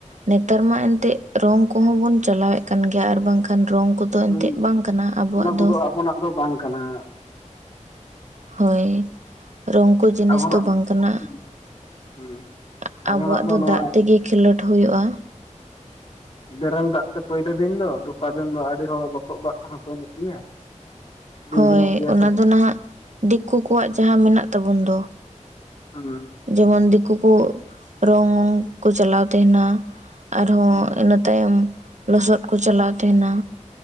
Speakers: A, on the right (about 65°); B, on the left (about 45°).
A: ᱱᱮᱛᱟᱨ ᱢᱟ ᱮᱱᱛᱮ ᱨᱚᱝ ᱠᱚᱦᱚᱸ ᱵᱚᱱ ᱪᱟᱞᱟᱣᱮᱜ ᱠᱟᱱ ᱜᱮᱭᱟ ᱟᱨ ᱵᱟᱝᱠᱷᱟᱱ ᱨᱚᱝ ᱠᱚᱫᱚ
B: ᱦᱩᱸ
A: ᱮᱱᱛᱮᱫ ᱵᱟᱝ ᱠᱟᱱᱟ ᱟᱵᱚᱣᱟᱜ
B: ᱚᱱᱟ ᱠᱚᱫᱚ
A: ᱫᱚ
B: ᱟᱵᱚᱱᱟᱜ ᱫᱚ ᱵᱟᱝ ᱠᱟᱱᱟ
A: ᱦᱳᱭ ᱨᱚᱝ ᱡᱤᱱᱤᱥ
B: ᱟᱵᱚᱱᱟᱜ
A: ᱫᱚ ᱵᱟᱝ ᱠᱟᱱᱟ
B: ᱦᱩᱸ
A: <unintelligible>
B: ᱦᱩᱸ ᱟᱵᱚᱱᱟᱜ
A: ᱟᱵᱚᱣᱟᱜ ᱫᱚ
B: ᱱᱚᱣᱟ
A: ᱫᱟᱜ ᱛᱮᱜᱮ ᱠᱷᱮᱞᱳᱰ ᱦᱩᱭᱩᱜᱼᱟ᱾
B: ᱵᱮᱨᱮᱞ ᱫᱟᱜ ᱛᱮ ᱯᱳᱭᱞᱳ ᱫᱤᱱ ᱫᱚ ᱫᱚᱥᱟᱨ ᱫᱤᱱ ᱫᱚ ᱟᱹᱰᱤ ᱦᱚᱲ ᱞᱚᱥᱚᱫ ᱫᱟᱜ ᱛᱮᱦᱚᱸ ᱠᱚ ᱮᱱᱮᱡ ᱜᱮᱭᱟ ᱫᱩᱞ
A: ᱦᱳᱭ
B: ᱡᱚᱝᱚᱜ ᱜᱮᱭᱟ
A: ᱚᱱᱟ
B: ᱠᱚ
A: ᱫᱚ ᱱᱟᱦᱟᱜ ᱫᱤᱠᱩ ᱠᱚᱣᱟᱜ ᱡᱟᱦᱟᱸ ᱢᱮᱱᱟᱜ ᱛᱟᱵᱚᱱ ᱫᱚ
B: ᱦᱩᱸ
A: ᱡᱮᱢᱚᱱ ᱫᱤᱠᱩ ᱨᱚᱝᱠᱚ ᱪᱟᱞᱟᱣ ᱛᱟᱦᱮᱱᱟ ᱟᱨᱦᱚᱸ
B: ᱦᱩᱸ
A: ᱤᱱᱟᱹ ᱛᱟᱭᱚᱢ ᱞᱚᱥᱚᱫ ᱠᱚ ᱪᱟᱞᱟᱣ ᱛᱟᱦᱮᱸᱱᱟ